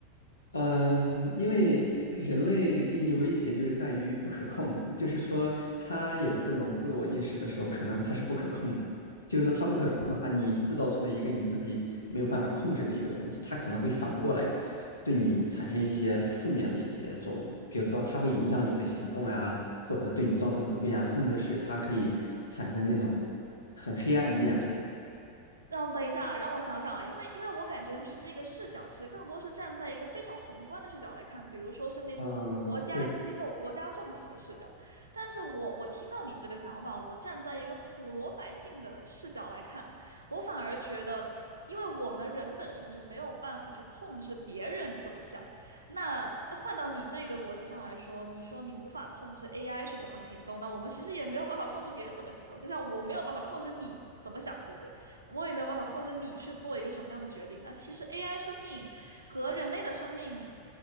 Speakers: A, on the left; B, on the right.
A: 嗯，因为人类定义威胁就是在于不可控，就是说他有这种自我意识的时候，可能他是不可控的。就是说他不可控的话，你制造出了一个你自己没有办法控制的一个东西，它可能会反过来对你产生一些负面的一些作用。比如说，它会影响你的行动呀，
B: 哦，
A: 或者对你造成不便啊，甚至是它可以产生那种很黑暗的念头。
B: 让等一下啊，让我想想啊，因为因为我感觉你这个视角其实更多是站在一个非常宏观的视角来看，比如说是那种国家机构、
A: 嗯，对。
B: 国家政府的视角。但是我我听到你这个想法，我站在一个普罗百姓的视角来看，我反而觉得，因为我们人本身就没有办法去控制别人怎么想。那换到你这个逻辑上来说，你说你无法控制 AI 是怎么行动，那我们其实也没有办法控制别人怎么行动，就像我没有办法控制你怎么想，对不对？我也没有办法控制你去做一个什么样的决定那其实 AI 生命和人类的生命，